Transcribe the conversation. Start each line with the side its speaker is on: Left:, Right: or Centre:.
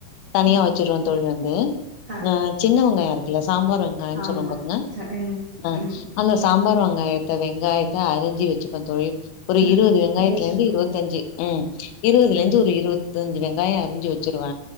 Left: தனியா
Right: ம்
Left: வச்சிருவோ தோழி வந்து
Right: ஆ
Left: அ சின்ன வெங்காயோ இருக்குல்ல சாம்பார் வெங்காயோ
Right: ஆமா
Left: சொல்லுவோ பாருங்க
Right: ச ம்
Left: அ
Right: ம்
Left: அந்த சாம்பார் வெங்காயத்த வெங்காயத்த அரிஞ்சி வச்சிப்ப தோழி ஒரு
Right: ம்
Left: இருபது வெங்காயத்துல
Right: டேஸ்ட்
Left: இருந்து
Right: குடுக்கு
Left: இருபத்தஞ்சு உம் இருபதுல
Right: ம்
Left: இருந்து ஒரு இருத் இது அஞ்சு வெங்காயம் அரிஞ்சு வச்சிருவ